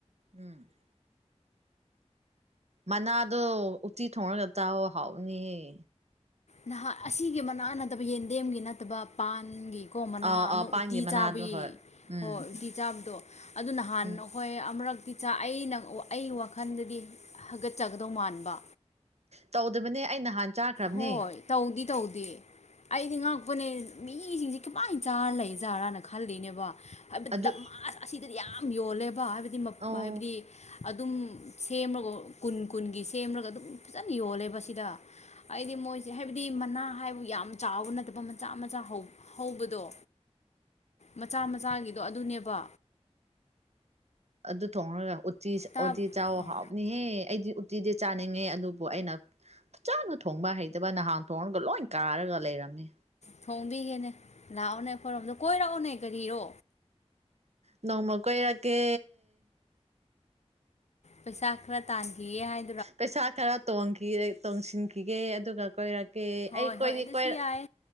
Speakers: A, on the right (about 65°); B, on the left (about 70°).
A: ꯎꯝ <unintelligible> ꯃꯅꯥꯗꯣ ꯎꯇꯤ ꯊꯣꯡꯔꯒ ꯆꯥꯎꯑꯣ ꯍꯥꯎꯕꯅꯤꯍꯦ꯫
B: ꯅꯍꯥ ꯑꯁꯤꯒꯤ ꯃꯅꯥ ꯅꯠꯇꯕ ꯌꯦꯟꯗꯦꯝꯒꯤ ꯅꯠꯇꯕ ꯄꯥꯟꯒꯤ ꯀꯣ ꯃꯅꯥ
A: ꯑꯥ
B: ꯑꯃ
A: ꯑꯥ ꯄꯥꯟꯒꯤ
B: ꯑꯨꯇꯤ
A: ꯃꯅꯥꯗꯣ
B: ꯆꯥꯕꯒꯤ
A: ꯍꯣꯏ
B: <unintelligible>
A: ꯎꯝ
B: ꯍꯣꯏ ꯑꯨꯇꯤ ꯆꯥꯕꯗꯣ꯫ ꯑꯗꯨ ꯅꯍꯥꯟ
A: ꯎꯝ
B: ꯑꯩꯈꯣꯏ ꯑꯃꯨꯔꯛꯇꯤ ꯑꯩꯅ ꯑꯩꯒꯤ ꯋꯥꯈꯜꯗꯗꯤ ꯍꯥꯒꯠꯆꯒꯗꯧꯕ ꯃꯥꯟꯕ
A: ꯇꯧꯗꯕꯅꯦ ꯑꯩ ꯅꯍꯥꯟ ꯆꯥꯈ꯭ꯔꯕꯅꯦ
B: ꯍꯣꯏ ꯇꯧꯗꯤ ꯇꯧꯗꯦ ꯑꯩꯗꯤ ꯉꯛꯄꯅꯦ ꯃꯤꯁꯤꯡꯁꯦ ꯀꯃꯥꯏ ꯆꯥꯔꯂꯩꯖꯥꯠꯂꯅ ꯈꯜꯂꯤꯅꯦꯕ ꯍꯥꯏꯕꯗꯤ
A: ꯑꯗꯨ
B: ꯗꯃꯥꯗ ꯑꯁꯤꯗꯗꯤ ꯌꯥꯝ ꯌꯣꯜꯂꯦꯕ ꯍꯥꯏꯕꯗꯤ
A: ꯑꯧ
B: ꯍꯥꯏꯕꯗꯤ ꯑꯗꯨꯝ ꯁꯦꯝꯃꯒ ꯀꯨꯟ ꯀꯨꯟꯒꯤ ꯁꯦꯝꯔꯒ ꯑꯗꯨꯝ ꯐꯖꯅ ꯌꯣꯜꯂꯦ ꯁꯤꯗ ꯍꯥꯏꯗꯤ ꯃꯣꯏꯁꯦ ꯍꯥꯏꯕꯗꯤ ꯃꯅꯥ ꯍꯥꯏꯕꯨ ꯌꯥꯝ ꯆꯥꯎꯕ ꯅꯠꯇꯕ ꯃꯆꯥ ꯃꯆꯥ ꯍꯧ ꯍꯧꯕꯗꯣ ꯃꯆꯥ ꯃꯆꯥꯒꯤꯗꯣ ꯑꯗꯨꯅꯦꯕ
A: ꯑꯗꯨ ꯊꯣꯡꯉꯒ ꯎꯠꯇꯤ
B: ꯇꯥꯞ
A: ꯎꯠꯇꯤ ꯆꯥꯎ
B: ꯑꯧ
A: ꯍꯥꯎꯕꯅꯤꯍꯦ ꯑꯩꯗꯤ ꯎꯠꯇꯤꯗꯤ ꯆꯥꯅꯤꯡꯉꯦ ꯑꯗꯨꯕꯨ ꯑꯩꯅ ꯐꯖꯅ ꯊꯣꯡꯕ ꯍꯩꯇꯕ ꯅꯍꯥꯟ ꯊꯣꯡꯉꯒ ꯂꯣꯏ ꯀꯥꯔꯒ ꯂꯩꯔꯝꯃꯦ
B: ꯊꯣꯡꯕꯤꯒꯦꯅꯦ ꯂꯥꯛꯑꯣꯅꯦ ꯑꯩꯈꯣꯏꯔꯣꯝꯗ ꯀꯣꯏꯔꯛꯑꯣꯅꯦ ꯀꯔꯤꯔꯣ
A: ꯅꯣꯡꯃ ꯀꯣꯏꯔꯛꯀꯦ
B: ꯄꯩꯁꯥ ꯈꯔ ꯇꯥꯟꯈꯤꯒꯦ ꯍꯥꯏ
A: ꯄꯩꯁꯥ ꯈꯔ ꯇꯣꯡ ꯇꯣꯡꯁꯤꯟꯈꯤꯒꯦ ꯑꯗꯨꯒ ꯀꯣꯏꯔꯛ ꯀꯦ
B: ꯍꯣꯏ
A: ꯑꯩ ꯀꯣꯏꯗꯤ
B: ꯍꯣꯏ ꯑꯗꯨꯁꯨ
A: ꯀꯣꯏ
B: ꯌꯥꯏ